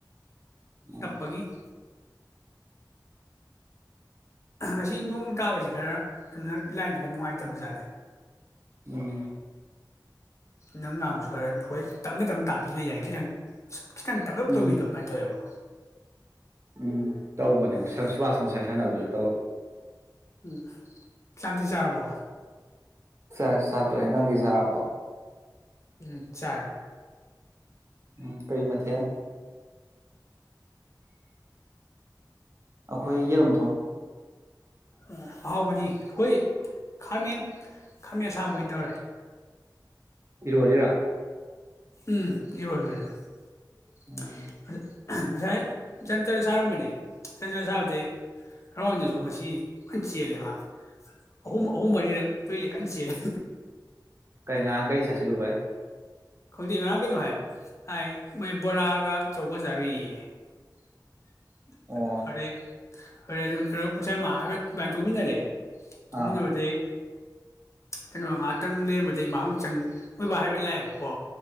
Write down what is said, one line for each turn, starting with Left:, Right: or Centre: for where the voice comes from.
Right: ꯎꯝ
Left: ꯇꯞꯄꯒꯤ <inaudible> ꯉꯁꯤ ꯅꯣꯡ ꯇꯥꯕꯁꯤ ꯈꯔ ꯑꯗꯨꯅ ꯂꯥꯏꯟꯗꯣ ꯈꯔ ꯅꯨꯡꯉꯥꯏꯇꯕ ꯖꯥꯠꯅꯤ
Right: ꯎꯝ
Left: ꯅꯪ ꯉꯥꯡꯕꯁꯨ ꯈꯔ ꯑꯩꯈꯣꯏ ꯇꯞꯅ ꯇꯞꯅ ꯇꯥꯕꯤ ꯌꯥꯏ ꯈꯤꯇꯪ ꯈꯤꯇꯪ ꯇꯞꯂꯞ
Right: ꯎꯝ
Left: ꯇꯧꯕꯤꯗꯣ ꯑꯗꯨꯃꯥꯏꯅ ꯇꯧꯋꯦꯕ
Right: ꯎꯝ ꯇꯧꯕꯅꯦ
Left: ꯎꯝ
Right: ꯁ꯭ꯋꯥꯁ ꯉꯁꯥꯏ ꯁꯥꯟꯅꯕꯁꯨ ꯇꯧꯋꯦ
Left: ꯎꯝ ꯆꯥꯛꯇꯤ ꯆꯥꯔꯕꯣ
Right: ꯆꯥꯔꯦ ꯆꯥ ꯇꯣꯛꯑꯦ ꯅꯪꯗꯤ ꯆꯥꯔꯕꯣ
Left: ꯎꯝ ꯆꯥꯔꯦ
Right: ꯎꯝ ꯀꯔꯤ ꯃꯊꯦꯜ ꯑꯩꯈꯣꯏ ꯌꯦꯔꯨꯝꯊꯣꯡ
Left: ꯑꯣ ꯑꯍꯥꯎꯕꯅꯤ ꯑꯩꯈꯣꯏ ꯈꯥꯃꯦꯟ ꯈꯥꯃꯦꯟ ꯁꯥꯡꯕ ꯑꯣꯏꯅ ꯇꯧꯔꯦ
Right: ꯏꯔꯣꯜꯂꯤꯔꯥ
Left: ꯎꯝ ꯏꯔꯣꯝꯕꯅꯦ <unintelligible>
Right: ꯎꯝ
Left: ꯉꯁꯥꯏ ꯖꯟꯇꯔ ꯁꯥꯔꯝꯕꯅꯦ ꯖꯟꯇꯔ ꯁꯥꯕꯁꯦ ꯔꯥꯎꯣꯟꯗꯁꯨ ꯉꯁꯤ ꯐꯟ ꯆꯦꯜꯂꯦ ꯃꯥ ꯑꯍꯨꯝ ꯑꯍꯨꯝ ꯃꯔꯤꯔꯛ ꯇꯨꯏꯂꯦ ꯀꯟꯆꯦꯜ ꯂꯦ
Right: ꯀꯩ ꯉꯥꯡ ꯀꯩ ꯆꯠꯁꯂꯨꯚꯥꯏ
Left: ꯈꯪꯗꯦ ꯉꯔꯥꯡ ꯀꯩꯅꯣ ꯍꯥꯏ ꯍꯥꯏ ꯃꯣꯏ ꯕꯣꯔꯥꯒ ꯆꯧꯒ ꯆꯥꯔꯨꯏꯌꯦꯌꯦ <unintelligible>
Right: ꯑꯣ
Left: ꯍ ꯑꯗꯨꯝ ꯉꯁꯥꯏ ꯃꯥ ꯍꯥꯏꯐꯦꯠ ꯏꯕꯥꯥꯟ ꯊꯣꯛꯃꯤꯟꯅꯔꯦ ꯊꯣꯛꯃꯤꯟꯅꯕꯗꯩ
Right: ꯑꯥ
Left: ꯀꯩꯅꯣ ꯉꯍꯥꯛꯇꯪ ꯂꯦꯝꯕꯗꯩ ꯃꯥ ꯑꯃꯨꯛ ꯆꯪ ꯃꯣꯏꯕꯥ ꯍꯥꯏꯕꯩ ꯂꯥꯛꯑꯦꯕꯀꯣ